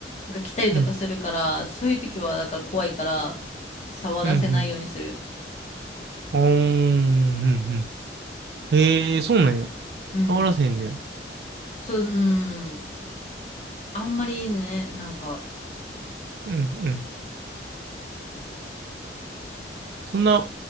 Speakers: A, on the left; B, on the right.
A: が来たりとかするから、
B: うん、うん、うん、う
A: そういう時はだから怖いから、触らせないようにする。
B: ん、うん、あー、うん、うん、うん。へえ、そうなんや。
A: うん。
B: 触らせへんねや。
A: そう、うん。あんまりね、なんか、
B: うん、うん。そんな、